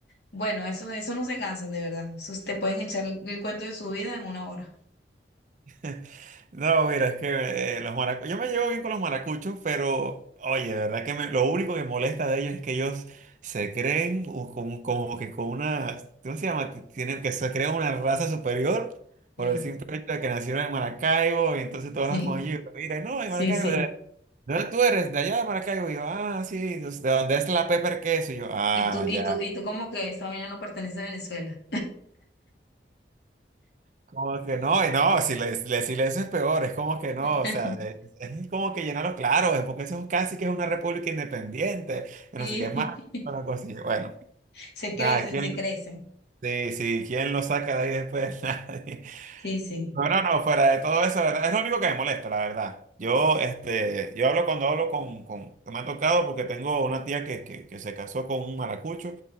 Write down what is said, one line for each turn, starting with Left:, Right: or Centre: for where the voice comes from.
Left: Bueno, eso, eso no se cansan de verdad. Esos te pueden echar el, el cuento de su vida en una hora.
Right: <laughs> No, mira, es que eh, los maracuchos, yo me llevo bien con los maracuchos, pero oye, de verdad que me- lo único que molesta de ellos es que ellos se creen u- como, como que con una, ¿cómo se llama? Ti- Tienen, que se creen una raza superior por
Left: Sí,
Right: el simple hecho de que nacieron en Maracaibo y entonces todos
Left: y-
Right: hablas con ellos, y mira, no,
Left: sí,
Right: en Maracaibo,
Left: sí.
Right: ¿de ¿de dónde tú eres? De allá de Maracaibo, y yo, ah, sí, entonces, ¿de dónde es la pepper queso? Y yo, ah,
Left: Y tú, y
Right: ya.
Left: tú, y tú como que esa vaina no pertenece a Venezuela.
Right: Como que no, y no, si le, le- si le- eso es peor, es como que no,
Left: <laughs>
Right: o sea, de- es como que llenarlo claro es porque eso es casi que es una república independiente, y
Left: Sí,
Right: no sé qué más,
Left: <laughs>
Right: una cosa así. Bueno,
Left: se
Right: nada,
Left: crecen,
Right: ¿quién,
Left: se crecen.
Right: sí, sí, ¿quién lo saca de ahí después? <laughs> Nadie.
Left: Sí, sí.
Right: No, no, no, fuera de todo eso, ¿verdad? Es lo único que me molesta, la verdad. Yo, este, yo hablo cuando hablo con, con, que me ha tocado porque tengo una tía que, que, que se casó con un maracucho